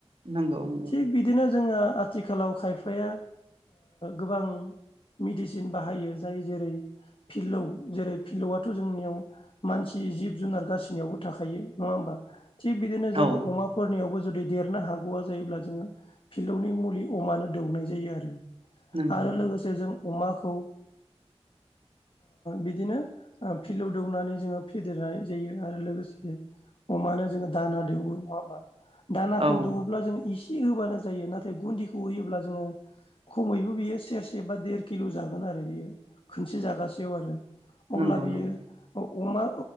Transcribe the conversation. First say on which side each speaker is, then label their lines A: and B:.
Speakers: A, on the right; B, on the left.
A: नंगौ नंगौ
B: थिग बिदिनो जोङो आथिखालाव खायफाया गोबां मेडिसिन बाहायो जाय जेरै फिलौ जेरै फिलौआथ' जोंनियाव मानसि जिब जुनार गासिनियावबो थाखायो नङा होमबा थिग बिदिनो जोङो
A: औ
B: अमाखौ फोरनियावबो जुदि देरनो हागौआ जायोब्ला जोङो फिलौनि मुलि अमानो दौनाय जायो आरो
A: नंगौ
B: आरो लोगोसे जों अमाखौ बिदिनो फिल्डआव दौनानै जोङो फेदेरनाय जायो आरो लोगोसे अमानो जोङो दाना दौवो नङा होमबा दानाखौ
A: औ
B: दौवोब्ला जोंङो इसि थि होबानो जायो नाथाय गुन्दिखौ होयोब्ला जोङो खमैबो बियो सेरसे बा देर किल' जागोन आरो बियो खनसे जागासेयाव आरो
A: नंगौ
B: अब्ला बियो
A: नंगौ
B: अमा